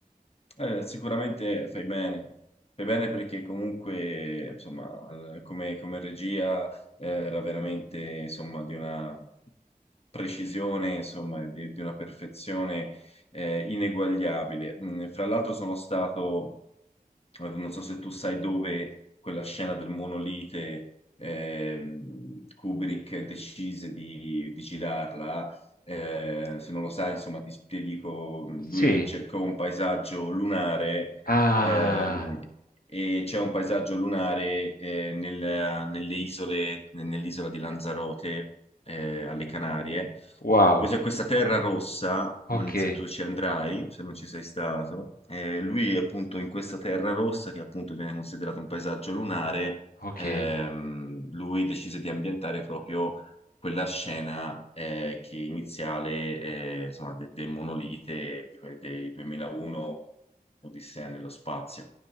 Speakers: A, on the left; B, on the left.
A: Eh, sicuramente fai bene, fai bene perché comunque, insomma, eh, come, come regia eh, era veramente, insomma, di una precisione, insomma, di, di una perfezione eh, ineguagliabile. Mm, Fra l'altro sono stato, eh, non so se tu sai dove, quella scena del monolite, ehm, Kubrick decise di, di girarla eh, se non lo sai, insomma, ti, ti dico, lui
B: Sì.
A: cercò un paesaggio lunare
B: Ah,
A: ehm, e c'è un paesaggio lunare eh, nel- nelle isole, nell'isola di Lanzarote, eh, alle Canarie
B: wow.
A: dove c'è questa terra rossa, mh,
B: Okay,
A: se tu ci andrai, se non ci sei stato, eh, lui appunto in questa terra rossa, che appunto viene considerato un paesaggio lunare,
B: okay.
A: ehm, lui decise di ambientare proprio quella scena eh, che iniziale, eh, insomma, de- del monolite, di que- dei 2001 Odissea nello spazio.